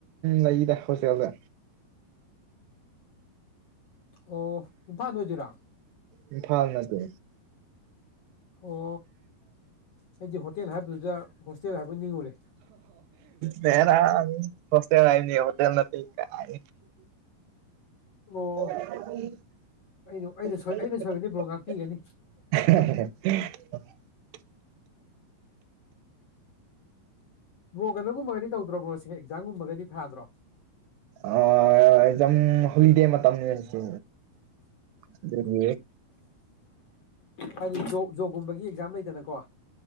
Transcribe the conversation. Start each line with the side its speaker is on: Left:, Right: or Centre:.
Right: ꯂꯩꯗ ꯍꯣꯁꯦꯗ
Left: ꯑꯣ ꯏꯝꯐꯥꯜꯗ ꯑꯣꯏꯖꯤꯔꯥ
Right: ꯏꯝꯐꯥꯜ ꯅꯗꯤ
Left: ꯑꯣ ꯑꯩꯗꯤ ꯍꯣꯇꯦꯜ ꯍꯥꯏꯕꯗꯨꯗ ꯍꯣꯁꯇꯦꯜ ꯍꯥꯏꯕ ꯅꯤꯡꯉꯨꯔꯦ
Right: ꯂꯩꯦꯔ ꯍꯣꯁꯇꯦꯜ ꯍꯥꯏꯅꯤ ꯍꯣꯇꯦꯜ ꯅ ꯀꯥꯏ <unintelligible>
Left: ꯑꯣ ꯑꯩꯅ ꯑꯩꯅ ꯁꯣꯏ ꯑꯩꯅ ꯁꯣꯏꯕꯅꯤ
Right: <inaudible>
Left: ꯕ꯭ꯔꯣ ꯉꯥꯛꯄꯤꯒꯅꯤ ꯕ꯭ꯔꯣ ꯀꯩꯅꯣꯒꯨꯝꯕꯒꯗꯤ ꯇꯧꯗ꯭ꯔꯣꯕ꯭ꯔꯣ ꯁꯤꯦ ꯑꯦꯛꯖꯥꯝꯒꯨꯝꯕꯒꯗꯤ ꯊꯥꯗ꯭ꯔꯣ
Right: ꯑ ꯑꯦꯖꯝ ꯍꯣꯂꯤꯗꯦ ꯃꯇꯝꯅꯤ ꯍꯧꯁꯨ ꯑꯗꯨ
Left: ꯍꯥꯏꯗꯤ ꯖꯣꯕꯀꯨꯝꯕꯒꯤ ꯑꯦꯛꯖꯥꯝ ꯂꯩꯗꯅꯀꯣ